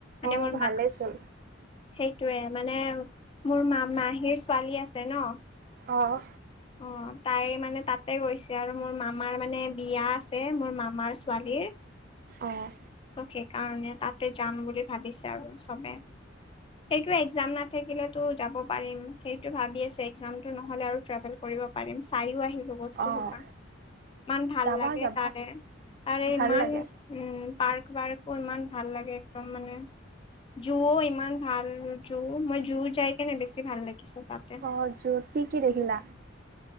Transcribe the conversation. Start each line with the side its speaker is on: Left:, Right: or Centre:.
Left: মানে
Right: অ',
Left: মোৰ
Right: ভালেচোন
Left: মা, সেইটোৱে মানে মোৰ মা মাহীৰ। ছোৱালী আছে ন।
Right: অঁ।
Left: অ' তাই মানে তাতে গৈছে আৰু মোৰ মামাৰ মানে বিয়া আছে মোৰ মামাৰ ছোৱালীৰ।
Right: অ',
Left: সেইকাৰণে তাতে যাম বুলি ভাবিছে আৰু চবে। সেইটো একজাম নাথাকিলে তো যাব পাৰিম সেইটো ভাবি আছো একজামটো নহলে আৰু ট্ৰেভেল কৰিব পাৰিম, চাইও আহিলো। বস্তু
Right: অ'।
Left: হোপা ইমান ভাল
Right: যাবা
Left: লাগে
Right: যাবা
Left: তাৰে তাৰে
Right: ভাল
Left: ইমান
Right: লাগে।
Left: উম, পাৰ্ক ৱাৰ্কো ইমান ভাল লাগে একদম মানে। জুও ইমান ভাল জু মই জু যাই কেনে বেছি ভাল লাগিছ তাতে।
Right: অঁ জুওত কি দেখিলা?